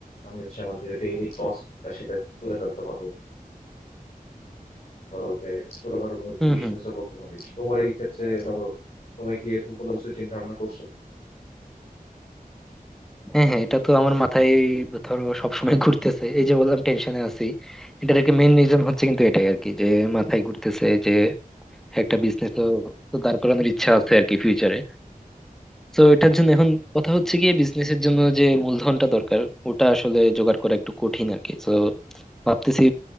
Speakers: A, on the left; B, in the centre.
A: আমি হচ্ছে আমার যেটা ডেইলি কস্টটা সেটা তুলে ফেলতে পারবো ধরো যে ছোটখাটো কোনো কিছু
B: হুম
A: বিজনেসও
B: হুম
A: করতে পারি তোমার এই ক্ষেত্রে ধরো তুমি কি এরকম কোনো কিছু চিন্তা ভাবনা করছো
B: হ্যাঁ হ্যাঁ এটা তো আমার মাথায় ধরো সবসময় ঘুরতেছে এই যে বললাম টেনশনে আছি এটার একটা মেন রিজন হচ্ছে কিন্তু এটাই আর কি যে মাথায় ঘুরতেছে যে একটা বিজনেস তো তো দাঁড় করানোর ইচ্ছা আছে আর কি ফিউচারে তো এটার জন্য এখন কথা হচ্ছে গিয়ে বিজনেসের জন্য যে মূলধনটা দরকার ওটা আসলে জোগাড় করা একটু কঠিন আর কি তো ভাবতেছি